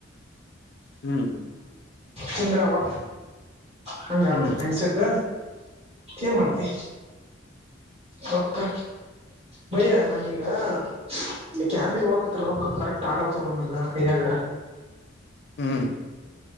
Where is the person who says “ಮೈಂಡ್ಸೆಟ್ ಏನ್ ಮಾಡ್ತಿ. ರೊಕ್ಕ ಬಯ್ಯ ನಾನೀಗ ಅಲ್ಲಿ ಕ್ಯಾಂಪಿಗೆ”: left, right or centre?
Right